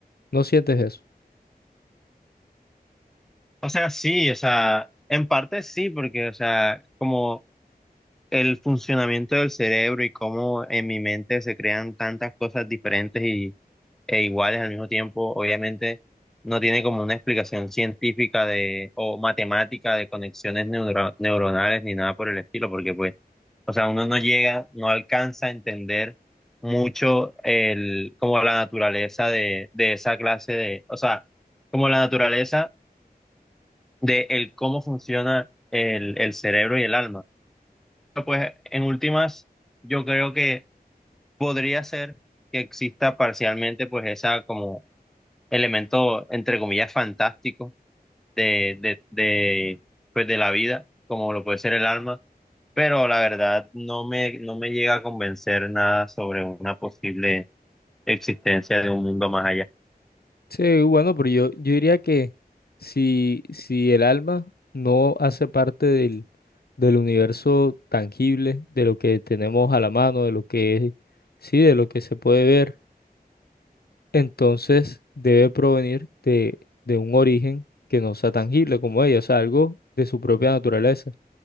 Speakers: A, on the left; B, in the centre.
A: ¿No sientes eso?
B: O sea, sí, o sea, en parte sí, porque, o sea, como el funcionamiento del cerebro y cómo en mi mente se crean tantas cosas diferentes y, e iguales al mismo tiempo, obviamente no tiene como una explicación científica de, o matemática de conexiones neuro- neuronales ni nada por el estilo, porque pues O sea, uno no llega, no alcanza a entender mucho el, como la naturaleza de, de esa clase de, o sea, como la naturaleza de el cómo funciona el, el cerebro y el alma. Pero, Pues en últimas, yo creo que podría ser que exista parcialmente pues esa como elemento, entre comillas, fantástico de, de, de, pues de la vida, como lo puede ser el alma, pero la verdad no me, no me llega a convencer nada sobre una posible existencia de un mundo más allá.
A: Sí, bueno, pero yo, yo diría que si, si el alma no hace parte del, del universo tangible, de lo que tenemos a la mano, de lo que es, sí, de lo que se puede ver, entonces debe provenir de, de un origen que no sea tangible como ella, o sea, algo de su propia naturaleza.